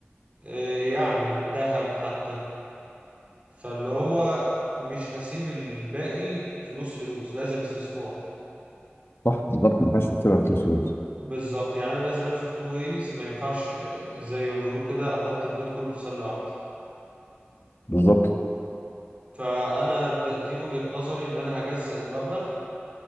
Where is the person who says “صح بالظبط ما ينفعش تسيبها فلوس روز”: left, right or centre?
Left